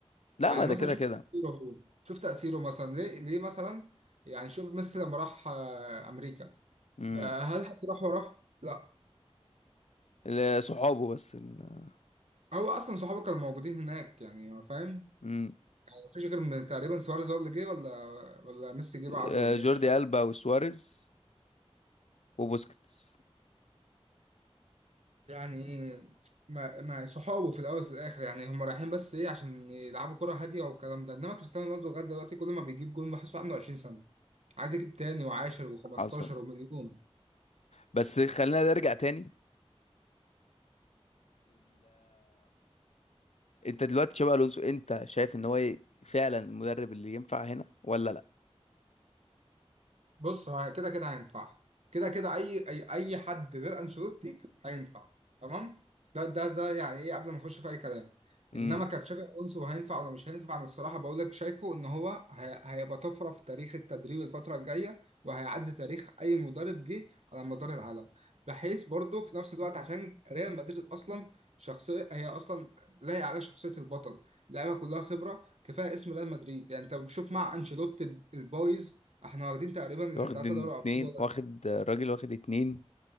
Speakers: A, on the left (about 80°); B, on the right (about 80°).
A: لا
B: يعني
A: ما
B: مثلا
A: ده كده
B: شوف
A: كده
B: تأثيره هو شوف تأثيره مثلا ليه ليه مثلا يعني شوف ميسي لما راح آه، أمريكا
A: امم
B: آه، هل حد راح وراه؟ لا
A: ال- صحابه بس ال...
B: هو أصلا صحابه كانوا موجودين هناك يعني هو فاهم
A: امم
B: يعني مفيش غير م- تقريبا سواريز هو اللي جه ولا ولا ميسي جه بعده
A: آه،
B: ولا
A: جوردي
B: إيه؟ مش
A: ألبا وسواريز وبوسكيتس
B: يعني ما ما صحابه في الاول وفي الاخر يعني هم رايحين بس ايه عشان يلعبوا كرة هادية والكلام ده انما كريستيانو رونالدو لغاية دلوقتي كل ما بيجيب جون بحسه عنده 20 سنة عايز يجيب تاني وعاشر و15
A: حصل
B: ومليون
A: بس خلينا نرجع تاني انت دلوقتي تشابي الونسو انت شايف ان هو ي- فعلا المدرب اللي ينفع هنا ولا لا
B: بص هو كده كده هينفع كده كده اي اي اي حد غير انشيلوتي هينفع تمام ده ده ده يعني ايه قبل ما نخش في اي كلام
A: امم
B: انما كتشافي الونسو هينفع ولا مش هينفع انا الصراحه بقول لك شايفه ان هو هي- هيبقى طفره في تاريخ التدريب الفتره الجايه وهيعدي تاريخ اي مدرب جه على مدار العالم بحيث برضه في نفس الوقت عشان ريال مدريد اصلا شخصيه هي اصلا لايقه على شخصيه البطل اللعيبه كلها خبره كفايه اسم ريال مدريد يعني انت بتشوف مع انشيلوتي البايظ احنا واخدين تقريبا
A: واخد
B: تلاتة
A: اتنين
B: دوري ابطال ولا
A: واخد راجل واخد اتنين